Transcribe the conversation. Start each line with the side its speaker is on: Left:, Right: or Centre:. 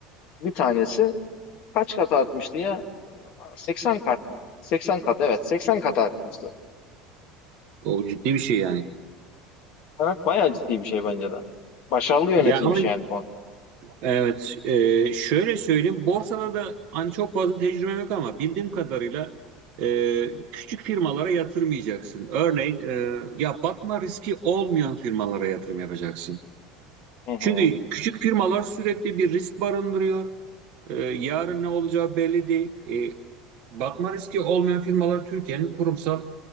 Left: bir tanesi kaç kat artmıştı ya? 80 kat. 80 kat evet 80 kat artmıştı.
Right: O ciddi bir şey yani.
Left: Evet, bayağı ciddi bir şey bence de. Başarılı yönetilmiş
Right: Ya ama
Left: yani fon.
Right: Evet, e, şöyle söyleyeyim. Borsada da hani çok fazla tecrübem yok ama bildiğim kadarıyla e, küçük firmalara yatırmayacaksın. Örneğin e, ya batma riski olmayan firmalara yatırım yapacaksın.
Left: Hı hı.
Right: Çünkü küçük firmalar sürekli bir risk barındırıyor. E, yarın ne olacağı belli değil. E, batma riski olmayan firmalar Türkiye'nin kurumsal